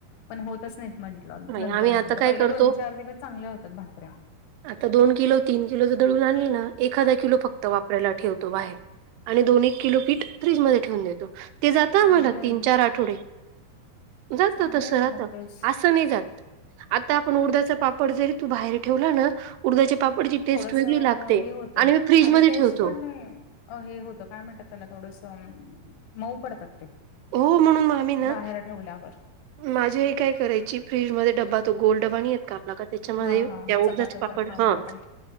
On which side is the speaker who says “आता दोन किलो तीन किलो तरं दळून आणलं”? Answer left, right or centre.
Right